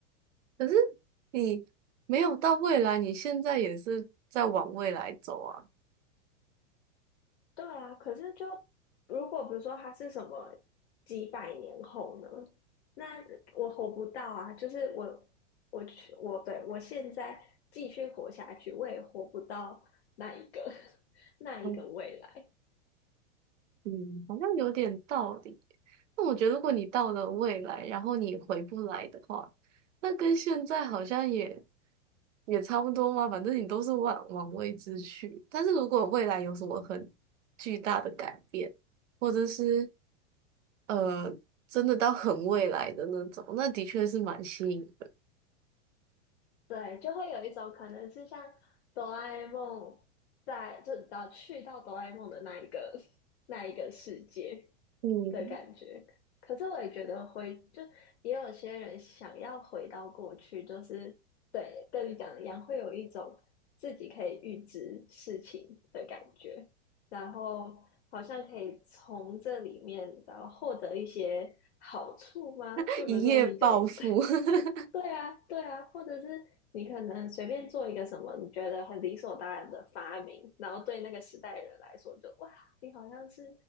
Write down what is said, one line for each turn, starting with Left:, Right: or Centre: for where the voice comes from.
Right: 可是你没有到未来，你现在也是在往未来走啊。
Left: 对啊，可是就如果比如说他是什么几百年后呢？那我活不到啊！就是我，我去，我对我现在继续活下去，我也活不到那一个 <laughs> 那一个未来。
Right: 嗯嗯好像有点道理。那我觉得，如果你到了未来，然后你回不来的话，那跟现在好像也也差不多嘛。反正你都是往往未知去。但是如果未来有什么很巨大的改变，或者是呃，真的到很未来的那种，那的确是蛮吸引。
Left: 对，就会有一种可能是像哆啦 A 梦在，就你知道去到哆啦 A 梦的那一个 <laughs> 那一个世界
Right: 嗯，
Left: 的感觉。可是我也觉得回，就也有些人想要回到过去，就是对，跟你讲的一样，会有一种自己可以预知事情的感觉，然后好像可以从这里面然后获得一些好处吗？
Right: <laughs>
Left: 就比如说，
Right: 一夜暴富。
Left: 你就 <laughs>
Right: <laughs>
Left: 对啊，对啊，或者是你可能随便做一个什么你觉得很理所当然的发明，然后对那个时代的人来说就，哇，你好像是